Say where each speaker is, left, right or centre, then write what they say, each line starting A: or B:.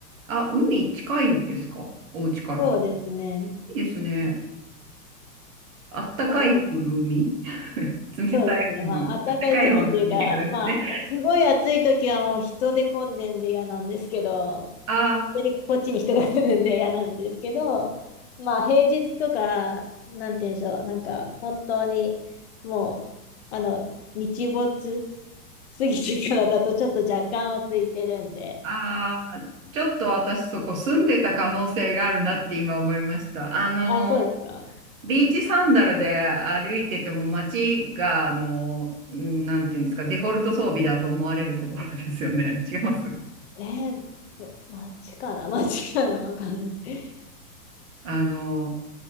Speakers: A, on the right; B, on the left.
A: あ、海近いんですかお家から。
B: そうですね。
A: いいですね。あったかい方の海
B: なんで、
A: <laughs> 冷たい方の海。
B: そうですね。まあ、暖かい時っていうか、
A: あったかい方の海ってことですよね。
B: まあ、すごい暑い時はもう人で混んでんで嫌なんですけど、
A: あー
B: 本当にこっちに人が来るんで嫌なんですけど、まあ、平日とか、なんて言うんでしょう、なんか、本当に、もう、あの、日没過ぎてからだとちょっと若干は空いてるんで、
A: あー、あちょっと私そこ住んでた可能性があるなって今思いました。あのー、
B: あ、そうですか。
A: ビーチサンダルで歩いてても街が、あのー、うんなんていうんですか、デフォルト装備だと思われるところですよね。違います
B: えーっと、街かな街かなわかんない。
A: あのー、